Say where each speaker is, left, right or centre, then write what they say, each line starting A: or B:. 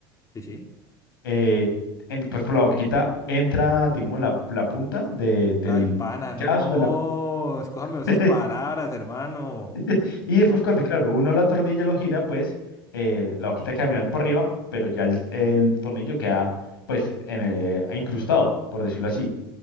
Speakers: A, on the left; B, on the left.
A: Sí, sí.
B: Eh, en- pues por la boquita entra, digamos, la, la punta de, del
A: Ay, pana, no.
B: chazo de la...
A: Escójame
B: <laughs>
A: sus palabras, hermano.
B: <laughs> Y después
A: ¿Cómo
B: cuando,
A: que?
B: claro, uno la tornilla lo gira, pues eh, la boquita queda mirando para arriba, pero ya el, el tornillo queda pues en el- incrustado, por decirlo así.